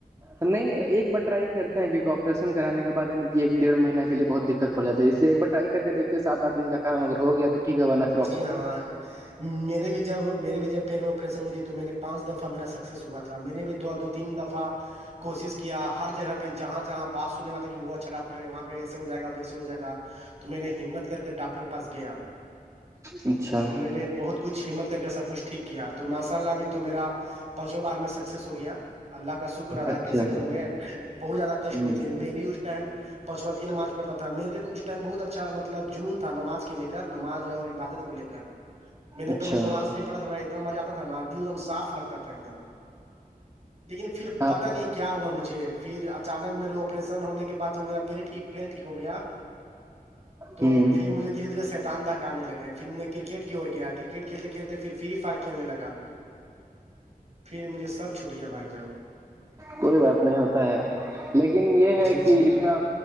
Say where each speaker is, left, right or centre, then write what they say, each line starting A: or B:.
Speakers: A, on the right (about 20°); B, on the right (about 45°).
A: نہیں ایک بار ٹرائی کرتے ہیں کیونکہ آپریشن کرانے کے بع ایک ڈڑھ مہیہ کے لیے بہت دقت جات ہے اس لیے ایک بار رائی کر کے دیکتے ساتٹھ دن کام اگر ہو گیا توٹھیک ہے نا
B: جی ہاں میرے بھی جب میرے بھی جب پیر میں آپریشن ہوئی تھی تو میں نے پانچ دفعہ میرا سکسیس ہوا تھا میں نے بھی دو دو تین دفعہ کوشش کیا ہر جگہ پہ جہاں جہاں بات سننے میں آتا کہ وہ اچھا ڈاکٹر ہے وہاں پہ ایسے ہو جائے گا ویسے ہو جائے گا تو میں نے ہمت کر کے ڈاکٹر کے پاس گیا
A: اچھا
B: اور میں نے بہت کچھ ہمت کر کے سب کچھ ٹھیک کیا تو ماشاء اللہ ابھی تو میرا پانچوں بار میں سکسیس ہو گیا اللہ کا شکر ادا
A: اچھا
B: کیسے کروں میں بہت زیادہ
A: ہ
B: کشٹ میں تھے میں بھی اس ٹائم پانچ وقت کی نماز پڑتا تھا میرے اس ٹائم بہت اچھا مطلب جنون تھا نماز کے لے کر نماز اور عبادت کو لے کر میں نے
A: اچھا
B: پہلے قرآن صرف پڑا تھا نا اتنا مزہ آتا تھا نا دلدم صاف لگتا تھا ایک دم لیکن پھر
A: ہاں
B: پتا نہیں کیا ہوا مجھے پھر اچانک میرے آپریشن ہونے کے بعد جو میرا پیے ٹھیک پڑے ٹھیک ہو گیا تو
A: ہوں
B: پھر مجھے دھیرے دھیرے شیتان بھاگ آنے لگے پھر میں کرکٹ کی اور گیا کرکٹ کھیلتے کھیلتے پھر فری فائر کھیل لگا پھر مجھے سب چھوٹ گیا بھائی جان
A: کوئی بات نہیں ہوتا ہے لیکن یہ ہے
B: جی
A: کہ
B: جی
A: اس میں